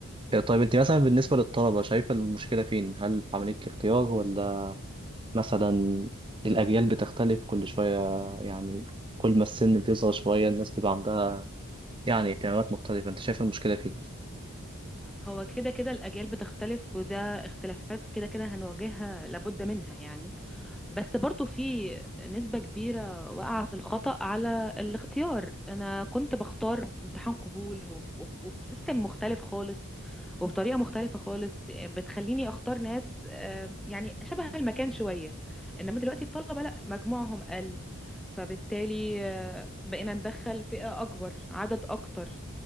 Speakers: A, on the right; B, in the centre.
A: إيه طيب انت مثلا بالنسبه للطلبه شايفه المشكله فين هل في عمليه الاختيار ولا مثلا الاجيال بتختلف كل شويه يعني كل ما السن بيصغر شويه الناس بيبقى عندها يعني اهتمامات مختلفه انت شايف المشكله فين
B: هو كده كده الأجيال بتختلف وده اختلافات كده كده هنواجهها لابد منها يعني بس برضو في نسبة كبيرة واقعة في الخطأ على الاختيار أنا كنت بختار امتحان قبول وب- وب- وبسيستم مختلف خالص وبطريقه مختلفه خالص بتخليني اختار ناس آم، يعني شبه المكان شويه انما دلوقتي الطلبه لا مجموعهم قل فبالتالي آه، بقينا ندخل فئه اكبر عدد اكتر